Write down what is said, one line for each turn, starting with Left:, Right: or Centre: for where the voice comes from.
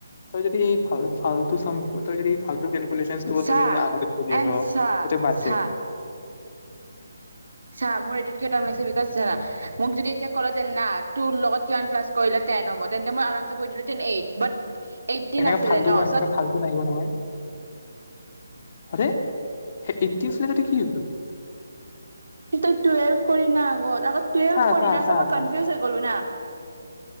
Left: তই যদি ভালতো সমিিবা যদি ফালতু কেলকুলেচন বোৰ
Right: চা
Left: তই যদি আঙুলিত কৰি
Right: এন
Left: আছ
Right: চাহ
Left: তই বাদ
Right: চাহ
Left: দে
Right: চা মোৰ এইটোত কটাম লাগছে বিকজ মোক যদি এতিয়া ক'লে যে না তো লগত ৱান প্লাছ কৰিলে টেন হ'ব তেন্তে মই আম কৰি দিলো এইট এইটিন
Left: সেনেে
Right: আছিলে
Left: ফাল
Right: ন
Left: সেনেকে
Right: চ
Left: ফাল্টো নাহিব নহয় আৰে এইদি কি হল
Right: তই টুৱেলভ কৰি না আগত আগত টুৱেলভ
Left: চা
Right: কৰি
Left: চা
Right: না চ মই
Left: চা
Right: কনফিউজ হৈ গলো না